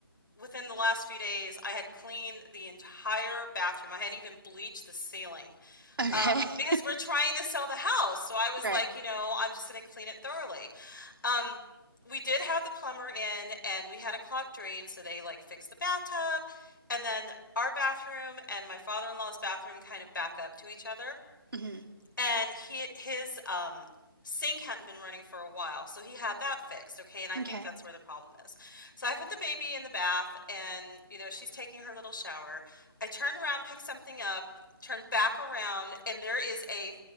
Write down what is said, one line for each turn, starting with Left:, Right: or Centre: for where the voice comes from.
Left: within the last few days, I had cleaned the entire bathroom. I had even bleached the ceiling
Right: Okay.
Left: um, because
Right: <laughs>
Left: we're trying to sell the house. So I was
Right: Right.
Left: like, you know, I'm just going to clean it thoroughly. Um, we did have the plumber in and we had a clogged drain. So they like fixed the bathtub and then our bathroom and my father-in-law's bathroom kind of back up to each other.
Right: hmm
Left: And he his, um, sink hadn't been running for a while, so he had that fixed, okay, and I
Right: Okay.
Left: think that's where the problem is. So I put the baby in the bath and, you know, she's taking her little shower. I turned around, picked something up, turned back around, and there is a